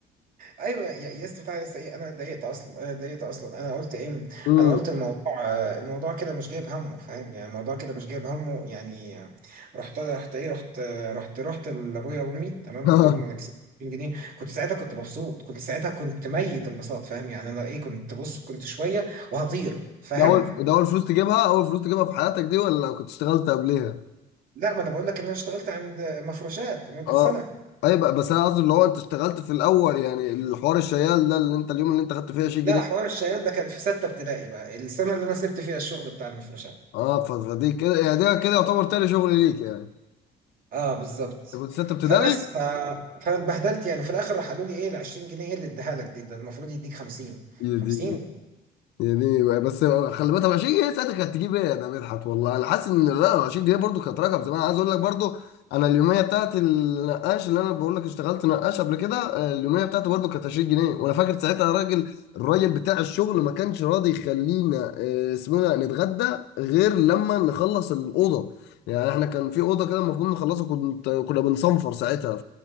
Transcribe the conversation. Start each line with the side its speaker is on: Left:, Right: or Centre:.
Right: ايوه يا يا اسطى بتاع يا اسطى ايه انا اتضايقت اصلا انا اتضايقت اصلا انا قلت ايه
Left: امم
Right: انا قلت الموضوع آه، الموضوع كده مش جايب همه فاهم يعني الموضوع كده مش جايب همه يعني آه، رحت رحت ايه رحت آه، رحت رحت لابويا وامي تمام
Left: <laughs>
Right: قلت لهم انا كسبت 2000 جنيه كنت ساعتها كنت مبسوط كنت ساعتها كنت ميت انبساط فاهم يعني انا ايه كنت بص كنت شويه وهطير فاهم
Left: ده اول ده اول فلوس تجيبها اول فلوس تجيبها في حياتك دي ولا لو كنت اشتغلت قبليها
Right: لا ما انا بقول لك ان انا اشتغلت عند مفروشات لمده
Left: اه
Right: سنه
Left: اي بقى بس انا قصدي اللي هو انت اشتغلت في الاول يعني الحوار الشيال ده اللي انت اليوم اللي انت خدت فيه 20
Right: لا
Left: جنيه
Right: حوار الشيال ده كان في سته ابتدائي بقى السنه اللي انا سبت فيها الشغل بتاع المفروشات
Left: اه ف- فدي كده يعني ده كده يعتبر تاني شغل ليك يعني
Right: اه بالظبط
Left: انت كنت ستة ابتدائي
Right: فبس ف... فاتبهدلت يعني في الاخر راح قالوا لي ايه ال 20 جنيه ايه اللي اديها لك دي ده المفروض يديك 50
Left: يا
Right: 50
Left: دي يعني بس خلي بالك طب 20 جنيه ساعتها كانت تجيب ايه ده مدحت والله انا حاسس ان لا 20 جنيه برضو كانت رقم زمان عايز اقول لك برضو انا اليوميه بتاعت النقاش اللي انا بقول لك اشتغلت نقاش قبل كده آه، اليوميه بتاعتي برضو كانت 20 جنيه وانا فاكر ساعتها راجل الراجل بتاع الشغل ما كانش راضي يخلينا آه، اسمه إيه ده نتغدى غير لما نخلص الاوضه يعني احنا كان في اوضه كده المفروض نخلصها كنت كنا بنصنفر ساعتها